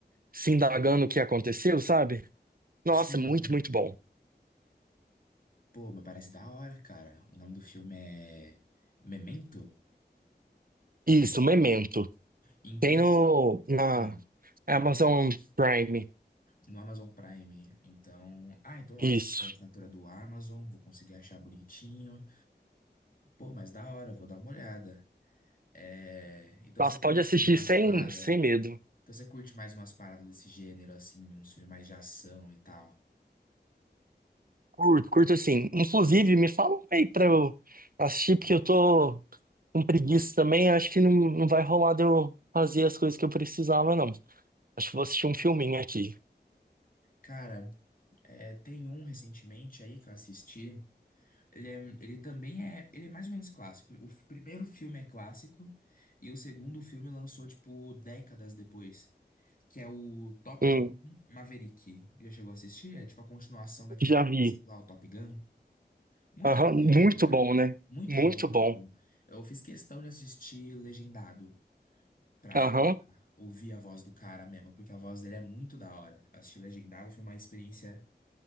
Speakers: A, on the right; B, on the left.
A: se indagando o que aconteceu, sabe? Nossa,
B: Sim,
A: muito,
B: sim.
A: muito bom.
B: Pô, mas parece da hora, cara. O nome do filme é Memento?
A: Isso, Memento.
B: Em que.
A: Tem no, na
B: Hum,
A: Amazon Prime.
B: no Amazon Prime. Então. Ah, então ótimo.
A: Isso.
B: Tem a assinatura do Amazon, vou conseguir achar bonitinho. Pô, mas da hora, vou dar uma olhada. É, então
A: Nossa,
B: você curte
A: pode assistir
B: umas
A: sem,
B: paradas.
A: sem medo.
B: Então você curte mais umas paradas desse gênero, assim, uns filmes mais de ação e tal.
A: Curto, curto assim. Inclusive, me fala um aí pra eu assistir, porque eu tô com preguiça também. Acho que não, não vai rolar de eu fazer as coisas que eu precisava, não. Acho que vou assistir um filminho aqui.
B: Cara, é, tem um recentemente aí que eu assisti. Ele, é- ele também é. Ele é mais ou menos clássico. O f- primeiro filme é clássico e o segundo filme lançou, tipo, décadas depois. Que é o Top
A: Hum,
B: Gun Maverick. Já chegou a assistir? É tipo a continuação daquele
A: já vi.
B: clássico lá, o Top Gun. Muito
A: Aham,
B: bom esse
A: muito
B: filme, cara.
A: bom, né?
B: Muito
A: Muito
B: bom, muito
A: bom.
B: bom. Eu fiz questão de assistir legendado. pra
A: Aham.
B: ouvir a voz do cara mesmo, porque a voz dele é muito da hora. Assistir legendado foi uma experiência